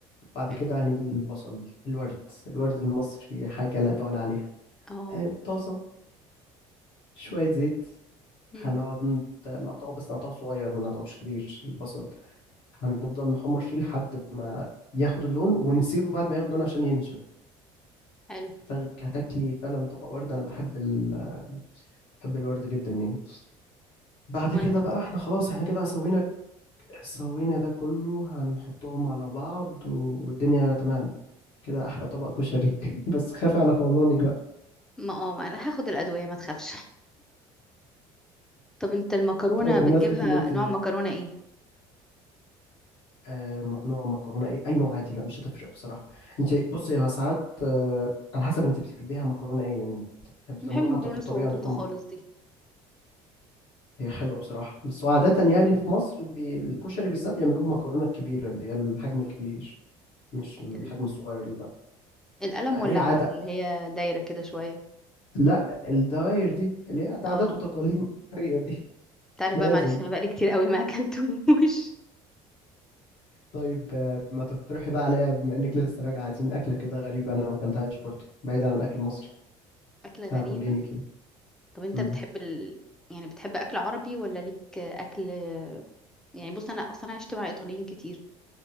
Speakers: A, on the left; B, in the centre.
A: بعد
B: حلو
A: كده هنيجي البصل الورد الورد المصري حاجة لا تعلى عليها
B: اه
A: آه، طاسة شوية زيت
B: أمم،
A: هنقعد ن- نقطعه بس نقطعه صغير ما نقطعوش كبير البصل هنفضل نحمر فيه لحد ما ياخد اللون ونسيبه بعد ما ياخد اللون عشان ينشف
B: حلو
A: هتاك- هتاكلي فعلا طبق ورد انا بحب ال... بحب الورد جدا يعني بعد
B: وأنا
A: كده
B: كمان
A: بقى احنا خلاص احنا كده سوينا سوينا ده كله هنحطهم على بعض والدنيا تمام كده احلى طبق كشري <laughs> بس خافي على قولونك بقى
B: ما اه ما أنا هاخد الأدوية ما تخافش طب أنت المكرونة
A: طيب بمناسبة
B: بتجيبها
A: إن أنت
B: نوع مكرونة إيه؟
A: آه، م- نوع مكرونة إيه أي نوع عادي لا مش هتفرق بصراحة أنت بصي هو ساعات آه، على حسب أنت بتحبيها مكرونة إيه يعني أنت بتحبي
B: أنا
A: تعملوها
B: بحب المكرونة
A: طب في الطبيعة
B: الصغنطوطة
A: عندكم
B: خالص
A: هي حلوة بصراحة بس هو عادة يعني في مصر بي- الكشري بالذات بيعملوه بمكرونة الكبيرة اللي هي الحجم الكبير مش الحجم
B: دي
A: الصغير لا
B: القلم
A: هي
B: ولا
A: عادة
B: على اللي هي دايرة كده شوية
A: لا الدواير دي اللي هي ده
B: اه
A: عادات وتقاليد مصرية دي <laughs>
B: تعرف
A: لا
B: بقى
A: لازم
B: معلش انا بقالي كتير قوي ما اكلتوش
A: طيب آه، ما تقترحي بقى عليا بما إنك لسه راجعة عايزين أكلة كده غريبة أنا ما أكلتهاش برضه بعيد عن الأكل
B: <laughs>
A: المصري
B: أكلة غريبة
A: ها قولي لي كده
B: طب انت
A: مم.
B: بتحب ال... يعني بتحب أكل عربي ولا ليك أكل يعني بص أنا أصلا عشت مع إيطاليين كتير